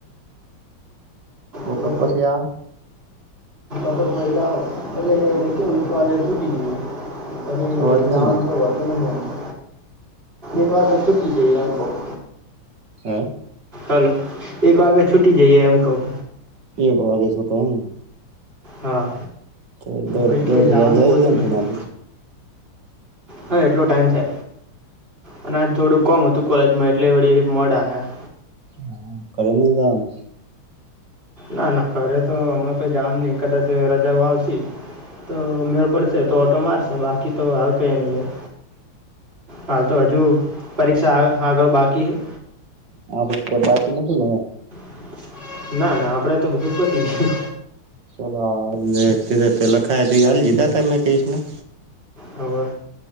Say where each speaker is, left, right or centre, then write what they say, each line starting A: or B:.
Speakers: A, on the right; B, on the right.
A: બપોર
B: <inaudible> હા
A: પછી આવે
B: બપોર પસી આવા એટલે કેવું એક વાગે છૂટી જીએ. પહી
A: અવાજ નહી
B: દાન
A: આવતો
B: તો લેવાનુ. એક વાગે છૂટી જઈએ એમ બપોરે
A: હે,
B: હલો. એક વાગે છૂટી જઈએ એમ કવ.
A: એક વાગે છૂટો એમ ને
B: હા
A: તો દોઢ
B: પહી
A: દોઢ
B: કઈ જાવાનું
A: વાગે આવી
B: હોતું
A: જાય ને
B: નહી.
A: પુણા બે
B: હા, એટલો ટાઈમ છે અને આ થોડું કોમ અતું કોલેજમાં એટલે વળી મોડા આયા.
A: હા, ઘરે ની જાવાના.
B: ના ના ઘરે તો અમણાં કોઈ જાવા ના ની કદાચ રજાઓ આવશે. તો મેળ પડશે તો ઓટો મારશે બાકી તો હાલ કઈ ની જાય. હાલ તો હજુ પરીક્ષા આ આગળ બાકી હૈ.
A: આપડે તો બાકી નોતું ને
B: <inaudible> ના ના આપડે તો બધું પતી‌ ગીયું.
A: ચલો હાલ મે કીધા તે લખાયા તે હાલ લીધા તમે તે રીતના
B: હવે,